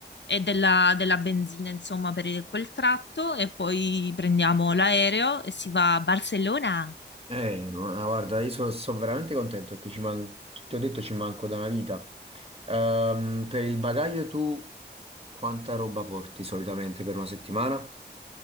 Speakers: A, on the left (about 75°); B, on the right (about 35°).
A: e della, della benzina, insomma, per quel tratto e poi prendiamo l'aereo e si va a Barcellona.
B: Eh, ma guarda, io so- sono veramente contento perché ci man- ti ho detto ci manco da una vita. Ehm, per il bagaglio tu quanta roba porti solitamente per una settimana?